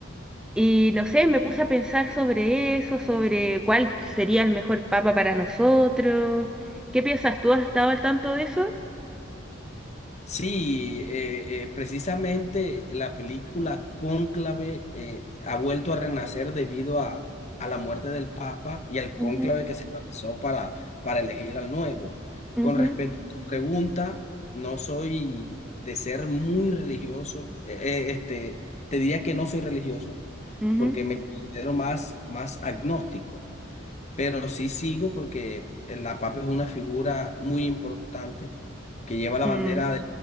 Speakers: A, in the centre; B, on the left.
A: y no sé, me puse a pensar sobre eso, sobre cuál sería el mejor Papa para nosotros. ¿Qué piensas tú? ¿Has estado al tanto de eso?
B: Sí, eh, eh, precisamente la película Cónclave eh, ha vuelto a renacer debido a, a la muerte del Papa y al
A: Ujú,
B: cónclave que se realizó para, para elegir al nuevo.
A: ujú,
B: Con respecto a tu pregunta, no soy de ser muy religioso. eh, eh, este, te diría que no soy religioso
A: ujú.
B: porque me considero más, más agnóstico. pero sí sigo porque el- la papa es una figura muy importante que lleva la
A: Mm,
B: bandera de,